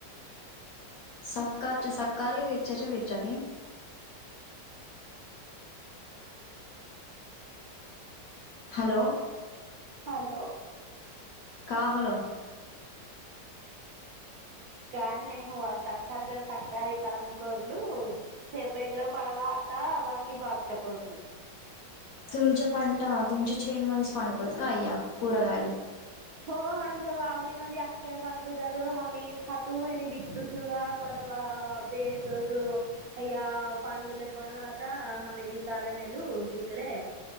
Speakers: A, on the left; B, on the right.
A: सकाच सकारी वेचारी वेचारी हॅलो
B: हॅलो
A: का हलो
B: काय नाही हो सकारच्या सकार इ काल्यान करलू. तेप एगरा पडवाता वंगी भात करलो.
A: तुमच्या पांटा तुमच्या छेन म पणतोत काय कुरगाय <inaudible>
B: हो हच्या वावरी मदी अख्ख्या पांडूत हाम्ही खातो आणि विकतो सूगा परवा बेस असू या पांडूला पण आता हाम्ही विकाला नेलू तिकडे